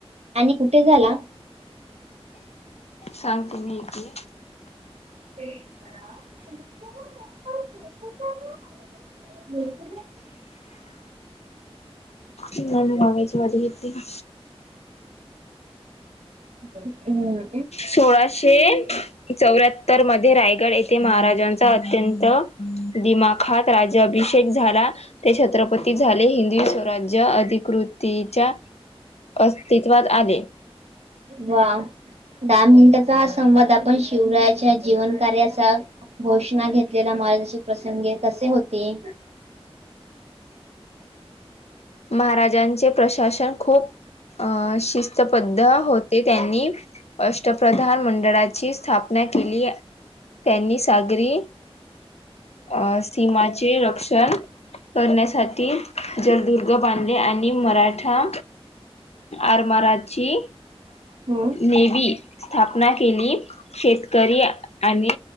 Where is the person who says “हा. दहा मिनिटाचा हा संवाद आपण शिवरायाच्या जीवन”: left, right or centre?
Right